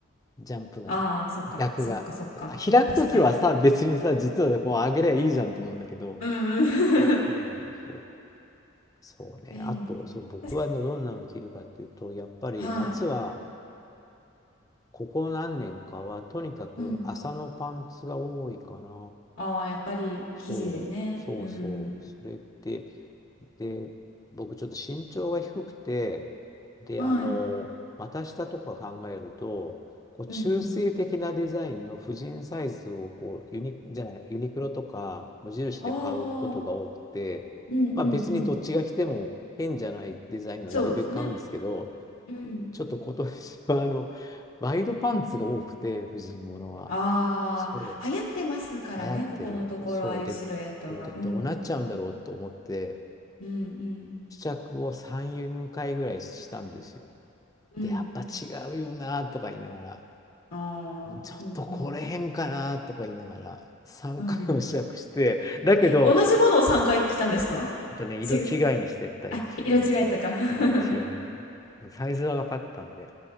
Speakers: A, on the left; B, on the left.
A: ジャンプ傘。
B: あー、そっか、
A: 逆が。
B: そっか、そっか。
A: あ開くときはさ、
B: 確かに。
A: 別にさ、実はねこう上げりゃいいじゃんと思うんだけど、
B: うんうん。
A: そうそうなんですよ。
B: <laughs>
A: そうね。
B: 便利。
A: あと、そう、僕はねどんなの着るかっていうと、
B: 確
A: やっぱり夏は
B: かはい。
A: ここ何年かは、とにかく麻のパンツが多いかな。
B: うん。ああ、やっぱり生地でね。
A: そう、そうそう。
B: うん。
A: それってで、僕ちょっと身長が低くて、で、
B: はい。
A: あの、股下とか考えると、こう中性的なデザインの婦人サイズをこうユニ、
B: うんうん。
A: じゃない、ユニクロとか無印で買うことが多くて、
B: ああ、うんうんうん。
A: まあ別にどっちが着ても変じゃないデザインのなるべく買うんですけど、
B: そうですね。うん。
A: ちょっと今年は <laughs> あの、ワイドパンツが多くて、婦人物は。
B: ああ、
A: そう、
B: 流行ってますからね、
A: 流行ってる。
B: ここのところ、
A: そうで、
B: ああいうシルエットが。
A: そうで、
B: うん。
A: どうなっちゃうんだろうと思って、
B: うんうん。
A: 試着を3、4回ぐらいしたんですよ。
B: うん。
A: で、やっぱ違うよなとか言いながら、
B: ああ、
A: ちょっとこれ変かなとか言いながら、
B: うんうん。
A: 3回も試着して、
B: うん。
A: だけど、
B: 同じものを3回着たんですか
A: ほんとね、色違いにしてった、
B: ちぐ、あ、
A: 一応。
B: 色違いとか。<laughs>
A: そう、一応ね。サイズは分かったんで。